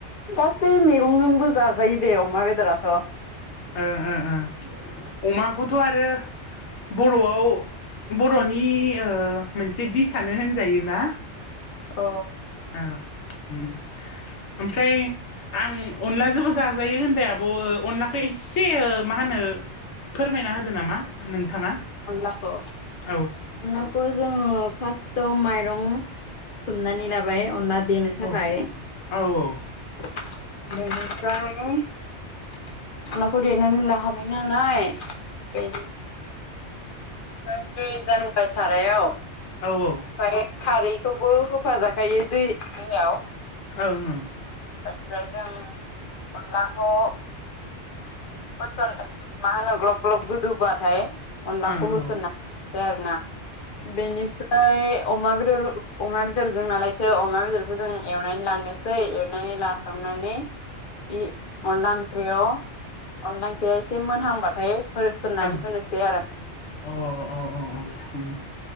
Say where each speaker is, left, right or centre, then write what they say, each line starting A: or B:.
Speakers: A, on the left; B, on the left.
A: गासै मैगंजोंबो जाजायो दे अमा बेदराथ'।
B: ओं ओंओं अमाखौथ' आरो बर'आव बर'नि ओ मोनसे दिसानो होनजायो ना
A: अ।
B: औ ओम ओमफ्राय आं अनलाजोंबो जाजायो होनबाय आब' अनलाखौ एसे ओ मा होनो फोरमायना होदो नामा नोंथाङा।
A: अनलाखौ
B: औ
A: अनलाखौ जोङो फास्टआव माइ रं सोमनानै लाबाय अनला देनो थाखाय।
B: औ औ औ
A: <unintelligible> बेनिफ्राय अनलाखौ देनानै <unintelligible> <unintelligible> <unintelligible> सारायाव
B: औ औ।
A: <unintelligible> खारैखौबो होफाजाखायो दै <unintelligible>
B: ओं - ओं।
A: <unintelligible> जों अनलाखौ <unintelligible> ग्लब ग्लब गोदौबाथाय अनलाखौ
B: ओं
A: <unintelligible> हो
B: औ
A: आरो ना <unintelligible> ओ अमा बेदर अमा बेदरजों नालायथो अमा बेदरखौ जों एवनानै लानो सै एरनानै लाखांनानै इ अनला ओंख्रियाव अनला ओंख्रिया एसे मोनहांबाथाय <unintelligible>
B: ओं
A: होनोसै आरो।
B: अ- अ - अ ओम।